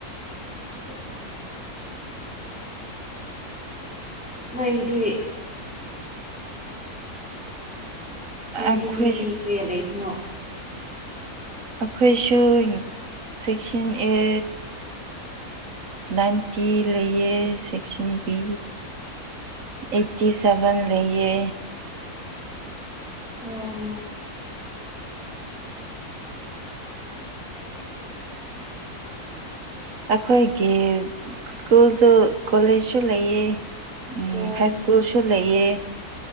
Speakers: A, in the centre; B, on the right.
A: <unintelligible> ꯅꯣꯏꯒꯤꯗꯤ ꯅꯣꯏꯗꯤ
B: ꯑꯩꯈꯣꯏ
A: ꯃꯤ ꯀꯌꯥ ꯂꯩꯕꯅꯣ
B: ꯑꯩꯈꯣꯏꯁꯨ ꯁ‌ꯦꯛꯁꯟ ꯑꯦ ꯅꯥꯏꯟꯇꯤ ꯂꯩꯌꯦ ꯁꯦꯛꯁꯟ ꯕꯤ ꯑꯩꯠꯇꯤ ꯁꯦꯚ‌ꯦꯟ ꯂꯩꯌꯦ
A: ꯑꯣ
B: ꯑꯩꯈꯣꯏꯒꯤ ꯁ꯭ꯀꯨꯜꯗꯨ ꯀꯣꯂꯦꯖꯁꯨ ꯂꯩꯌꯦ ꯎꯝ
A: ꯑꯣ
B: ꯍꯥꯏ ꯁ꯭ꯀꯨꯜꯁꯨ ꯂꯩꯌꯦ